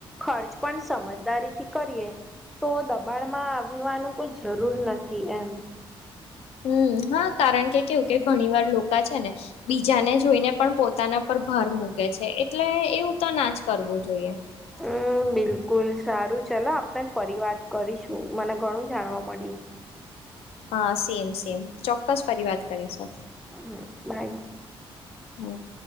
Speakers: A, in the centre; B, on the left.
A: ખર્ચ પણ સમજદારીથી કરીએ તો દબાણમાં આવવાનું કોઈ જરૂર નથી, એમ
B: હમ હા કારણ કે કેવું કે ઘણી વાર લોકો છે ને બીજાને જોઈને પણ પોતાના ભર મૂકે છે, એટલે એવું તો ના જ કરવું જોઈએ.
A: હમ બિલકુલ સારું ચલો આપણે ફરી વાત કરીશું મને ઘણું જાણવા મળ્યું.
B: હા સેમ સેમ ચોક્કસ ફરી વાત કરી છે.
A: હ બાય <inaudible>
B: હું